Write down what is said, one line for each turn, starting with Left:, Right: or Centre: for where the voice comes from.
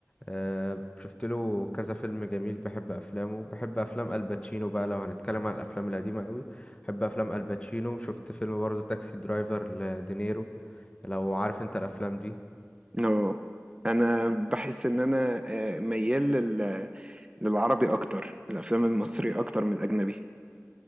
Left: آه، شفت له كذا فيلم جميل بحب افلامه بحب افلام الباتشينو بقى لو هنتكلم عن الافلام القديمه قوي بحب افلام الباتشينو شفت فيلم برضه تاكسي درايفر لدينيرو لو عارف انت الافلام دي
Right: اه انا بحس ان انا آه، ميال لل... للعربي اكتر الافلام المصري اكتر من الاجنبي